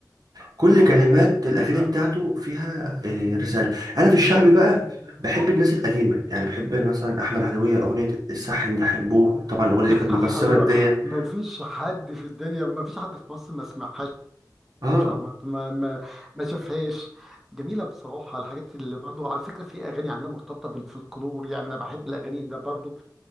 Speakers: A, in the centre; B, on the right.
A: اه
B: كل
A: اه،
B: كلمات
A: اه، جميلة
B: الاغاني بتاعته فيها آه، رساله انا في الشعبي بقى بحب الناس القديمه يعني بحب مثلا احمد عدويه اغنيه الصح ان ده حنبوه طبعا الاغنيه
A: <laughs>
B: دي كانت مكسره
A: حلوة
B: الدنيا
A: ما فيش حد في الدنيا ما فيش حد في مصر ما سمعهاش
B: اه
A: او ما ما ما ما شافهاش جميلة بصراحة الحاجات اللي برضو على فكرة في اغاني عندنا مرتبطة بالفلكلور يعني انا بحب الاغاني ده برضو